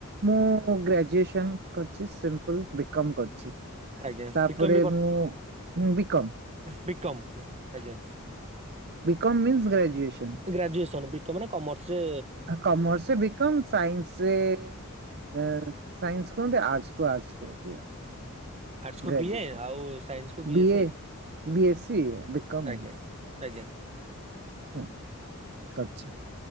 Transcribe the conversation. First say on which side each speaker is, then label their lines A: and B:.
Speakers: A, on the right (about 50°); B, on the right (about 30°).
A: ମୁଁ ଗ୍ରାଜୁଏସନ କରିଚି ସିମ୍ପଲ ବି କମ୍ କରିଚି।
B: ଆଜ୍ଞା
A: ତାପରେ
B: ବିକମ୍
A: ମୁଁ ବି କମ।
B: ବି କମ ଆଜ୍ଞା
A: B com means graduation
B: graduation B com ନା କମର୍ସ ରେ
A: ଆ କମର୍ସ ରେ ବି କମ୍ ସାଇନ୍ସ ଏ ସାଇନ୍ସ କୁହନ୍ତି ଆର୍ଟସ୍ କୁ ଆର୍ଟସ୍ କୁହନ୍ତି ଆଉ।
B: ଆର୍ଟସ୍ କୁ
A: ଗ୍ରେଜୁଏସନ୍
B: ବିଏ ଆଉ ସାଇନ୍ସ କୁ BSc
A: ବି A, B A C, ସ ବି କମ।
B: ଆଜ୍ଞା ଆଜ୍ଞା।
A: <unintelligible>